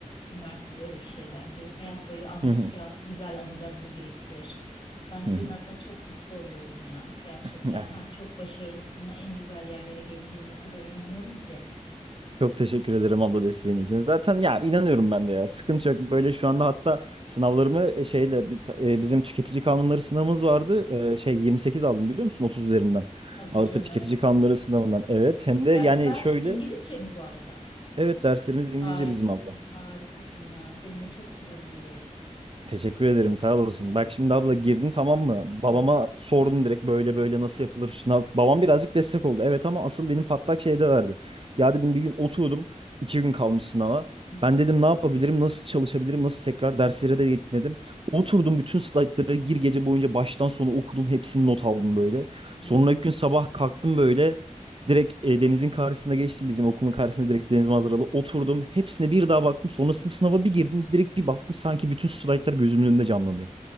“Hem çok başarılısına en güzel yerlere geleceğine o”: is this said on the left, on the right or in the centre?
Left